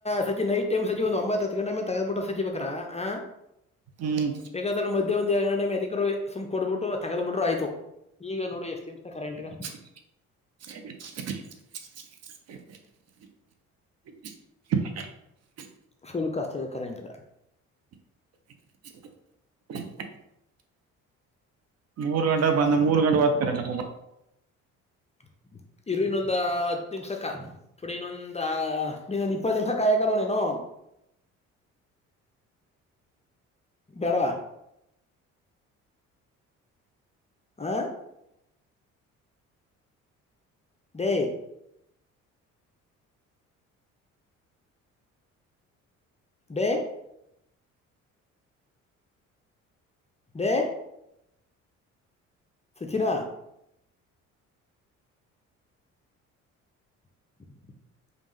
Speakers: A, on the left (about 15°); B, on the right (about 40°).
A: ಸಜಿ ನೈಟ್ ಸಜಿ ಒಂದು ಒಂಬೈತ್ತು ಹತ್ತು ಗಂಟೆ ಮ ತಗದ್ಬಿಟ ಸಚಿಬೇಕೇಕಾರಾ ಹ
B: ಹ್ಮ್
A: ಬೇಕಾದ್ರೆ ಮಧ್ಯೆ ಒಂದ್ರಡು ಗಟೈಮ್ ಎತಿಕರು ಸುಮ್ ಕೊಡ್ಬಿಟ್ಟರು ತಗದ್ ಬಿಟರು ಆಯ್ತು ಈಗ ನೋಡು ಎಷ್ಟು ನಿಮಿಸ ಕರೆಂಟ್
B: ಹ <unintelligible>
A: ಫುಲ್ ಕಸ್ತದೆ ಕರೆಂಟ್ಗ
B: <inaudible> ಮೂರು ಗಂಟ ಬಂದ ಮೂರ್ ಗಂಟ ಹ್ತಾರೆ
A: <inaudible> ಇರು ಇನ್ನೊಂದ್ ಹತ್ತು ನಿಮಿಷಕ್ಕ ಪುಡಿಿ ಇನ್ನೊಂದ ಇನ್ನೊಂದ್ ಇಪ್ಪತ್ತು ನಿಮ್ಷಕ್ಕೆ ಆಯಕಲ್ವ ನೀನು ಬಡವಾ ಹ ಥು ಥು ಥು ಸಚಿನ ಹ್ಮ